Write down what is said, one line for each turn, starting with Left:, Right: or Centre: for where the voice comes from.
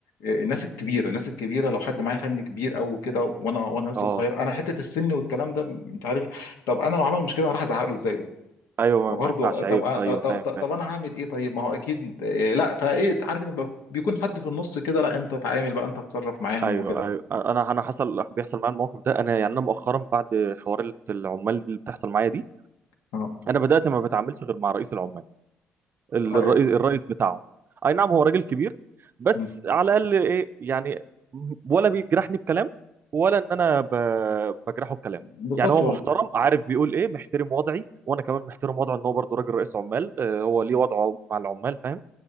Left: آه، الناس الكبيره الناس الكبيره لو حد معايا فن كبير او كده وانا وانا لسه
Right: اه
Left: صغير انا حته السن والكلام ده انت عارف طب انا لو عمل مشكله انا راح ازعق له ازاي
Right: ايوه
Left: برضه
Right: ما ما ينفعش
Left: طب
Right: عيب
Left: آه، طب,
Right: ايوه
Left: طب,
Right: فاهم
Left: طب
Right: فاهم
Left: انا هعمل ايه طيب ما هو اكيد إيه لا فايه عارف ان بيبقى- بيكون حد في النص كده لا انت تعامل بقى انت تتصرف معاهم
Right: ايوه
Left: وكده
Right: ايوه انا انا حصل بيحصل معايا الموقف ده انا يعني انا مؤخرا بعد حوار العمال اللي بتحصل معايا دي
Left: اه
Right: انا بدات ما بتعاملش غير مع رئيس العمال ال-
Left: آه،
Right: الرئيس الرئيس بتاعهم اي نعم هو راجل كبير بس
Left: م.
Right: على الاقل ايه يعني ولا بيجرحني بكلام ولا ان انا ب... بجرحه بكلام
Left: بالظبط
Right: يعني هو
Left: والله
Right: محترم عارف بيقول ايه محترم وضعي وانا كمان محترم وضعه ان هو برضه راجل رئيس عمال آه، هو ليه وضعه مع العمال فاهم